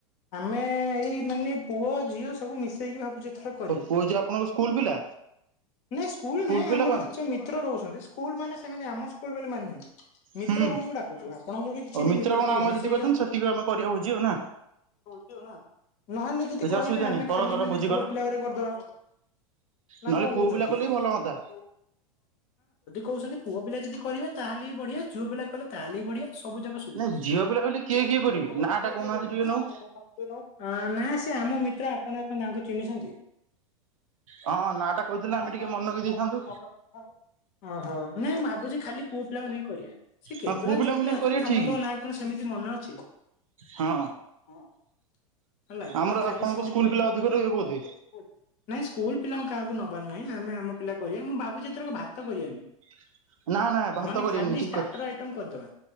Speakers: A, on the left (about 40°); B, on the right (about 65°).
A: ଆମେ ଏଇ ମାନେ ପୁଅ ଝିଅ ସବୁ ମିଶେଇକି ଭାବୁଚୁ ଏଥର କରିବୁ।
B: ପୁଅ ଝିଅ ଆପଣଙ୍କ ସ୍କୁଲ ପିଲା
A: ନାଇଁ ସ୍କୁଲ ନାହିଁ
B: ପିଲା
A: ଆମର
B: କଣ?
A: ଯେତେ ସବୁ ମିତ୍ର ରହୁଛନ୍ତି ସ୍କୁଲ ମାନେ ସେମିତି ଆମ ସ୍କୁଲ ବୋଲି ମାନେ ନାହିଁ। ମିତ୍ର
B: ହୁଁ
A: ଗଣଙ୍କୁ ଡାକୁଚୁ ଆପଣଙ୍କର ବି କିଛି
B: ଆଉ
A: ଦି ମିତ୍ର
B: ଗଣ
A: ଥିବେ
B: ଆମର
A: ମିଶେଇ
B: ଯେତିକି
A: ଦିଅନ୍ତୁ।
B: ଅଛନ୍ତି ସେତିକି ଆମେ କରିବା ଭୋଜି ଆଉ ନା।
A: ନହେଲେ ଯଦି
B: କିଛି
A: କହିବେ
B: ଅସୁବିଧା
A: ଆମେ
B: ନାହିଁ କର
A: ଖାଲି
B: କର
A: ମାନେ
B: ଭୋଜି
A: ପୁଅ
B: କର
A: ପିଲାଗୁଡା କରିଦବା। ନା
B: ନହେଲେ
A: କଁ
B: ପୁଅ
A: କହୁଚନ୍ତି
B: ପିଲା କଲେ
A: ଯଦି
B: ବି ଭଲ ହୁଅନ୍ତା।
A: କହୁ ଚନ୍ତି ପୁଅ ପିଲା ଯଦି କରିବେ ତାହେଲେ ବି ବଢିଆ ଝୁଅ ପିଲା କଲେ ତାହେଲେ ବି ବଢିଆ ସବୁ ଯାକ ସୁବିଧାି
B: ନାଇଁ ଝିଅ ପିଲା ବୋଲି କିଏ
A: <inaudible> ଏ
B: କିଏ କରିବେ
A: ଝିଅ ପିଲା ହେଉଚି
B: ନାଁ
A: କିଏ
B: ଟା କହୁନାହାନ୍ତି
A: କିଏ କରିବେ?
B: ଟିକେ
A: ନାଁ
B: ନାକୁ
A: ଟା କହୁନ। ଅଁ ନାଁ ସେ ଆମ ମିତ୍ର ଆପଣ କଁ ତାଙ୍କୁ ଚିହ୍ନିଛନ୍ତି?
B: ହଁ ନାଁ ଟା କହିଥିଲେ
A: <inaudible> ହଁ
B: ଆମେ
A: ହଁ
B: ଟିକେ
A: ନାଁ
B: ମନେ
A: ଟା କହିଥିଲେ
B: ରଖି ଦେଇଥାନ୍ତୁ
A: ଆମେ ଟିକେ ମନ <inaudible> ଥାନ୍ତୁ ଓଃ ହୋ ନାଁଇ ମା ଲାଗୁଚି ଖାଲି ପୁଅ ପିଲାଙ୍କୁ ନେଇ କରିଆ। ସେ କେତୁରା
B: ହଁ ପୁଅ ପିଲାଙ୍କୁ
A: ଝିଅ ପିଲା
B: ନେଇ
A: ଅଛନ୍ତି,
B: କରିବା
A: ସମସ୍ତଙ୍କ
B: ଠିକ୍
A: ନାଁ କଣ ସେମିତି ମନେ ଅଛି <inaudible>
B: ହଁ
A: ହଁ ହଁ <inaudible> ହେଲା
B: ଆମର
A: ଆମେ ଖାଲି
B: ଆପଣଙ୍କ
A: ସେମତି
B: ସ୍କୁଲ
A: ପୁଅ
B: ପିଲା
A: ଆମର
B: ଅଧିକ ରହିବେ ବୋଧେ
A: ସବୁ ସ୍କୁଲ୍ ପିଲା ଆସି ପାରିବେନି ବହୁତ୍ ନାଇଁ ସ୍କୁଲ ପିଲାଙ୍କୁ କାହାକୁ ନବାର ନାହିଁ, ଆମେ ଆମ ପିଲା କରିଆ, ମୁଁ ଭାବୁଚି ଏଥରକ ଭାତ କରିଆନି ।
B: <inaudible>
A: ମାନେ
B: କରିବେନି
A: ଖାଲି
B: ଠିକ୍
A: ଷ୍ଟାର୍ଟର
B: କଥା।
A: ଆଇଟମ କରିଦବା